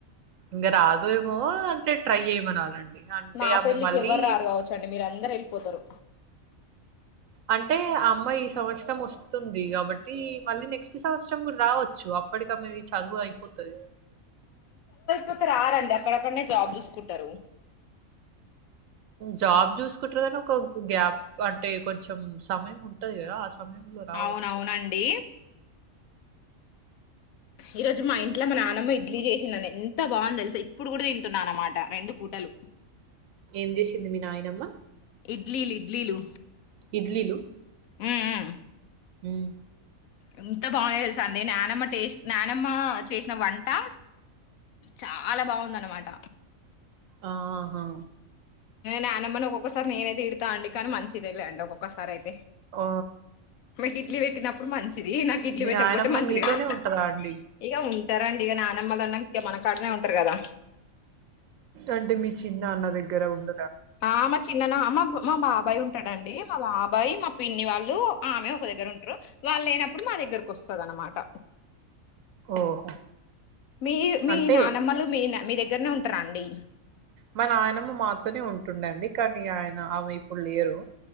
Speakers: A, on the right; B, on the left.
A: ఇంగ రాదు ఏమో అంటే ట్రై చేయ్యమనాలండి అంటే
B: నా
A: ఆమె
B: పెళ్ళికి
A: మళ్ళీ
B: ఎవరు రారు కావచ్చండి మీరు అందరు వెళ్ళిపోతారు
A: అంటే అమ అమ్మ ఈ సంవత్సరం వస్తుంది కాబట్టి మళ్ళీ నెక్స్ట్ సంవత్సరం కూడా రావచ్చు అప్పటికనది చదువు అయిపోతది
B: పక రారండి అక్కడక్కడనే జాబ్ చూసుకుంటారు
A: జాబ్ చూసుకుంటారు కానీ ఒక గ్యాప్ అంటే కొంచెం సమయం ఉంటది కదా సమయంలో రావచ్చు
B: అవునవునండి ఈ రోజు మా ఇంట్లో మా నాన్నమ్మ ఇడ్లీ చేసిందండి ఎంత బాగుంది తెలుసా ఇప్పుడు కూడా తింటున్నా అనమాట రెండు పూటలు
A: ఏం చేసింది మీ నాయనమ్మ
B: ఇడ్లీలు ఇడ్లీలు
A: ఇడ్లీలు
B: హ్మ్ హ్మ్
A: ఉమ్
B: ఇంత బాగునే తెలుసా అండి నానమ్మ టేస్ట్ నానమ్మ చేసిన వంట చాలా బాగుంది అన్నమాట
A: ఆహాహా
B: నానమ్మని ఒక్కొక్కసారి నేనై తిడతా అండి కానీ మంచిదేలేండి ఒక్కొక్కసారి అయితే
A: ఆ
B: నాకి ఇడ్లీ పెట్టినప్పుడు మంచిది నాకి ఇడ్లీ
A: మీ
B: పెట్టకపోతే
A: నాయనమ్మ
B: మంచిది
A: మీతోనే
B: కాదు
A: ఉంటదా అండి
B: ఇక టరు అండి ఇక నానమ్మళ్ళ అన్నాక మన కాడనే ఉంటారు కదా
A: అంటే మీ చిన్నన్న దగ్గర ఉండ
B: ఆమ చిన్న న మా మా బాబాయ్ ఉంటడుండి మా బాబాయ్ మా పిన్ని వాళ్ళు ఆ ఆమె ఒక దగ్గర ఉంటారు వాళ్ళు లేనప్పుడు మా దగ్గరకు వస్తది అన్నమాట
A: ఓహో
B: మీ మీ
A: అంటే
B: నానమ్మలు మీన మీ దగ్గర దగ్గరనే ఉంటారా అండి
A: మ నాయనమ్మ మాతోనే ఉంటుండే అండి కానీ ఆయన ఆమె ఇప్పుడు లేరు